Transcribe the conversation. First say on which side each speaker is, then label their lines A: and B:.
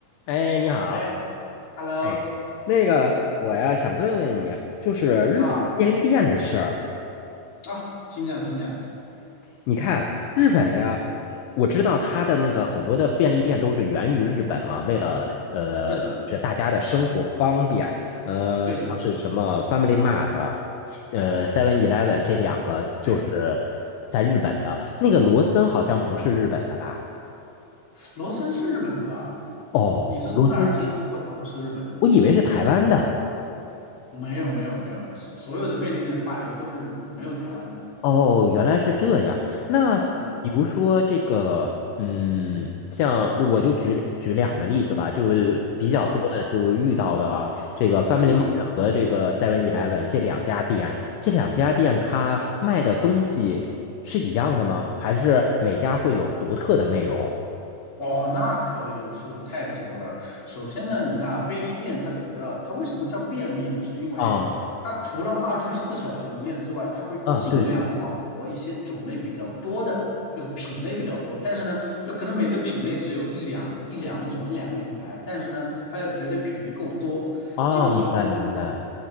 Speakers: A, on the left; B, on the left.
A: 哎，你好，
B: 哎，Hello，
A: 哎，那个，我呀想问问你啊，
B: 嗯
A: 就是日本便利店的事儿。
B: 啊啊，请讲，请讲。
A: 你看日本呀，嗯我知道它的那个很多的便利店都是源于日本嘛，为了呃，
B: 是的，
A: 就是大家的生活方便，呃，
B: 对的，
A: 像是什么 Family Mart、七呃 Seven Eleven 这两个就是
B: 对，
A: 在日本的。那个罗森好像不是日本的吧？
B: 罗森是日本的吧？
A: 哦，
B: 你是从哪儿听说过它不是日本的呢？
A: 罗森是我以为是台湾的。
B: 没有，没有，没有，所有的便利店发源都是日本，没有台湾的。
A: 哦，原来是这样。那比如说这个，
B: 嗯
A: 嗯，像我就举举两个例子吧，就是比较多的就遇到的啊，
B: 啊，
A: 这个 Family
B: 嗯。
A: Mart 和这个 Seven Eleven 这两家店，这两家店它卖的东西是一样的吗？还是每家会有独特的内容？
B: 哦，那可有说的太多了。首先呢，你看啊，便利店它主要它为什么叫便利呢？是因为它除了二十四小时营业之外，
A: 啊
B: 它会尽量网罗一些种类比较多的，
A: 啊，对
B: 就是品类比较多。但是呢，就可能每个品类只有一两一两种一两个品牌，但是呢，它要绝对品类够多。
A: 啊，
B: 这个时候呢，
A: 哦明白明白，